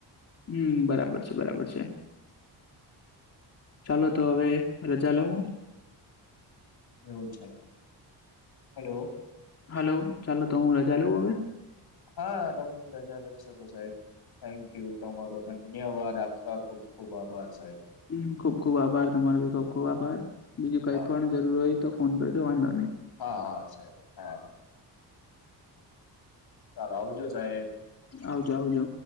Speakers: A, on the left (about 35°); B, on the left (about 60°).
A: હું બરાબર છે, બરાબર છે. ચાલો તો હવે રજાલે હું,
B: એવું છે, હલો
A: હલો ચાલો તો હું રજા લઉં હવે,
B: હા તમે રજા જઈ શકો સાહેબ, થેન્ક યુ તમારો ધન્યવાદ આપકા ખુબ ખુબ આભાર સાહેબ,
A: હું ખુબ ખુબ આભાર તમારો ભી ખુબ ખુબ આભાર બીજું કઈ
B: હા
A: પણ જરૂર હોય તો, ફોન કરજો વાંધો નહી.
B: હા, હા સાહેબ. ચાલો આવજો સાહેબ,
A: આવજો આવજો,